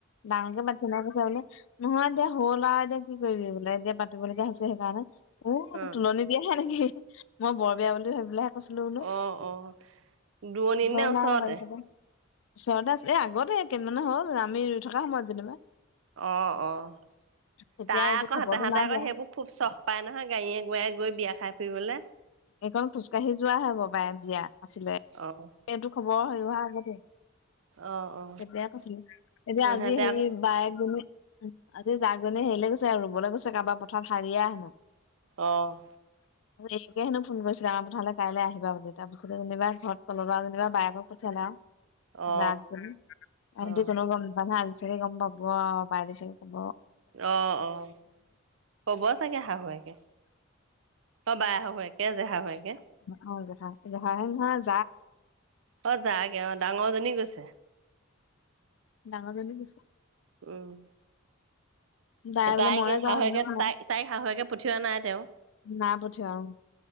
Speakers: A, on the left; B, on the right.
A: ডাঙৰকে পাতিছে নাই <unintelligible> নহয়, এতিয়া হ'ল আৰু এতিয়া কি কৰিবি বোলে এতিয়া পাতিবলগীয়া হৈছে সেইকাৰণে। ও
B: অ
A: তুলনি বিয়াহে নেকি, মই বৰ বিয়া বুলি ভাবি পেলাই হে কৈছিলোঁ।
B: অ', অ'। দূৰণিত
A: হ'
B: নে
A: নাই,
B: ওচৰতে
A: <unintelligible> ওচৰতে আছিলে, এ, আগতে কেদিনমান হ'ল আমি ৰৈ থকা সময়ত যেনিবা।
B: অ', অ',
A: তেতিয়া
B: তাই
A: এইটো
B: আকৌ
A: খবৰটো
B: তাহাঁতে
A: নাই
B: আকৌ
A: দিয়া
B: সেইবোৰ খুব চখ পায় নহয়, গাড়ীয়ে গোৰায়ে গৈ বিয়া খাই ফুৰিবলৈ।
A: এইকখন খোজকাঢ়ি যোৱা হ'ব পাই বিয়া আছিলে।
B: অ'।
A: এইটো খবৰ হেৰি অহা আগতে।
B: অ অ
A: তেতিয়াই কৈছিলে, এতিয়া
B: সিহঁতে
A: আজি হেৰি
B: আকৌ
A: বায়েকজনী আজি যাকজনী হেৰিলে গৈছে আৰু ৰুবলৈ গৈছে, কাৰোবাৰ পথাৰ হাৰিয়া
B: অ'।
A: <inaudible> হেনো ফোন কৰিছিলে। <unintelligible> প্ৰথমতে কাইলৈ আহিবা বুলি, তাৰপিছতে যেনিবা ঘৰত ক'লত যেনিবা বায়েকক পঠিয়ালে আৰু।
B: অ
A: যা গ'লি <unintelligible> সিহটি
B: অ
A: কোনেও গম নাপায়, আজি চাগে গম পাব <unintelligible> গম পাব।
B: অ', অ', ক'ব চাগে শাহুৱুৱেকে। অ', বায়ে শাহুৱেক। <unintelligible> শাহুৱেকে।
A: অ', জেঠা, জেঠা শাহুৱেক নহয় জানো?
B: অ', যাগে আৰু ডাঙৰ জনী গৈছে।
A: ডাঙৰ জনি গৈছে?
B: উম,
A: তাই বোলে
B: তাইক
A: ময়ে
B: এই
A: যাওঁ
B: শাহুয়েকে
A: এনেকে ক'লে
B: তাই, তাইক শাহুয়েকে পঠিওৱা নাই তেওঁ।
A: নাই পঠিওৱা অ'।